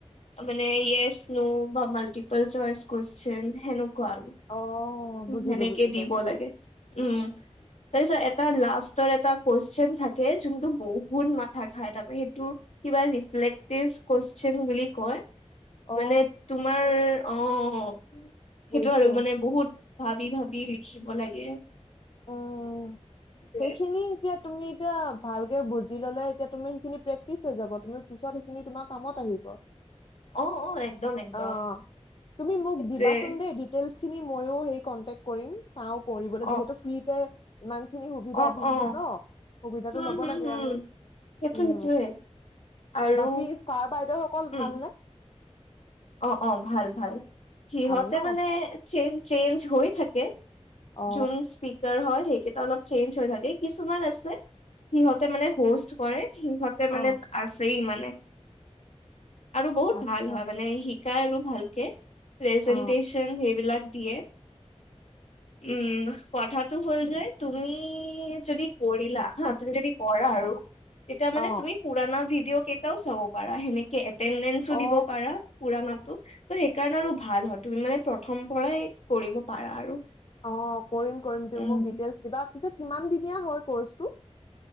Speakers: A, on the left; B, on the left.
A: মানে ইয়েচ ন বা মাল্টিপল চইচ কুবেচন হেনেকুৱা আৰু উ
B: অ বুজিলো
A: সেনেকে
B: বুজিলো
A: দিব লাগে উম। তাৰপিছত এটা লাষ্টৰ এটা কুৱেশন থাকে যোনটো বহুত মাথা খাই তাৰপা সেইটো কিবালিফেটিভ কুৱেশন বুলি কয়।
B: অ
A: মানে তোমাৰ অঁ, সেইটো
B: বুজিছো
A: আৰু মানে বহুত। ভাবি ভাবি লিখিব লাগে।
B: অঁ।
A: যে
B: সেইখিনি এতিয়া তুমি এতিয়া ভালকে বুজি ল'লে এতিয়া তুমি সেইখিনি প্ৰেক্টিচ হৈ যাব। তুমি পিছত, খিনি তোমাৰ কামত আহিব।
A: অ অ একদম একদম
B: অ তুমি মোক
A: সেইটোৱে
B: দিবাচোন দেই, দিটেলচ খিনি ময়ো হেৰী কনটেক্ট কৰিম চাওঁ কৰিবলে
A: অ
B: যিহেতু ফ্ৰীতে ইমান, খিনি সুবিধা
A: অ
B: দিছে
A: অ
B: ন। সুবিধাটো
A: হম
B: ল'ব
A: হম
B: লাগে
A: হম
B: আমি
A: সেইটো
B: উম,
A: সেইটোৱে আৰু
B: বাকী ছাৰ বাইদেউ সকল
A: উম
B: ভালনে?
A: অ অ ভাল ভাল। সিহঁতে
B: ভাল ন
A: মানে চে চেইঞ্জ হৈ থাকে।
B: অ
A: যোন স্পিক, কাৰ হয়, সেইকেইটা অলপ চেইঞ্জ হৈ থাকে। কিছুমান আছে সিহঁতে মানে হোষ্ট কৰে সিহঁত,
B: অ
A: মানে আছেই মানে আৰু বহুত
B: আচ্ছা
A: ভাল হয় মানে। শিকাই আৰু ভালকে প্ৰেজেন্টেছন
B: অ
A: সেইবিলাক দিয়ে। উম কথাটো হ'ল যে তুমি যদি কৰিলা হা তুমি যদি কৰা আৰু তেতিয়া মানে
B: অ
A: তুমি পুৰণা ভিডিঅ কেইটাও চাব পাৰা সেনেকে এতেনডেচো
B: অ
A: দিব পাৰা। পুৰণাটো ত' সেইকাৰণে আৰু ভাল হয়। তুমি মানে প্ৰথম পৰাই কৰিব পাৰা আৰু
B: অ কৰিম কৰিম তুমি
A: উম
B: মোক দিটেলচ দিবা। পিছে কিমান দিনীয়া হয় কৰ্চটো?